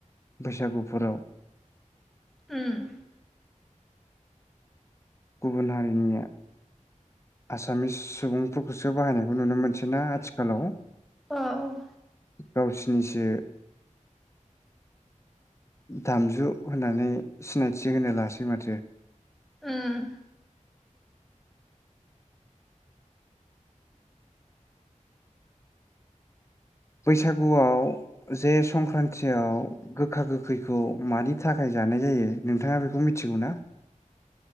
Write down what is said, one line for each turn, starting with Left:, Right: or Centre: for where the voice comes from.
Left: बैसागुफोराव
Centre: उम
Left: गुबुन हारिनिया आसामिस सुबुंफोरखौसो बाहायनायखौ नुनो मोनसै ना आथिखालाव
Centre: औ
Left: गावसिनिसो दामजु होननानै सिनायथि होनो लासै माथो
Centre: ओम
Left: बैसागुआव जे संक्रान्तियाव गोखा गोखैखौ मानि थाखाय जानाय जायो नोंथाङा बेखौ मिथिगौ ना